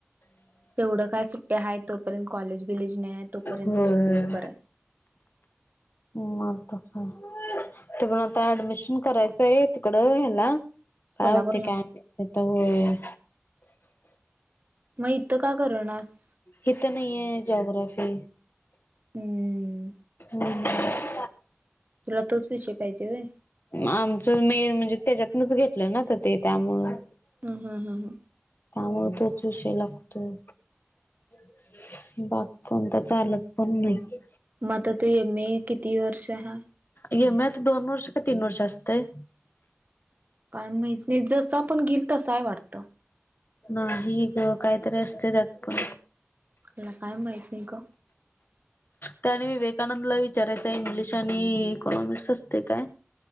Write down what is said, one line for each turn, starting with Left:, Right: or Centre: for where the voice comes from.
Right: तेवढं काय सुट्ट्या आहे तोपर्यंत कॉलेज बिलेज नाही. आहे तोपर्यंत
Left: होय.
Right: शिकलेलं बरं <inaudible>
Left: म आत्ता काय? तो म्हणालता ऍडमिशन करायचं आहे तिकडं. ह्याला
Right: कोल्हापूरला
Left: काय होते काय माहित तिथं. होय.
Right: मग इथं का करनास?
Left: इथं नाही आहे जॉग्रफी.
Right: हम्म
Left: हम्म.
Right: तुला तोच विषय पाहिजे होय?
Left: आमचं मे म्हणजे त्याच्यातनच घेतलं ना तर ते त्यामुळे.
Right: हम्म हम्म हम्म
Left: त्यामुळ तोच विषय लागतोय. <unintelligible> कोणता चालत पण नाही.
Right: मग आता तू एम ए किती वर्ष हाय?
Left: एम ऐ आत्ता दोन वर्ष का तीन वर्ष असतंय?
Right: काय माहत नाही. जसं आपण घेईल तसंय वाटतं.
Left: नाही ग. काहीतरी असते त्यात पण.
Right: मला काय माहित नाही ग.
Left: त्यानी विवेकानंदला विचारायचंय, इंग्लिश आणि इकॉनॉमिक्स असते काय?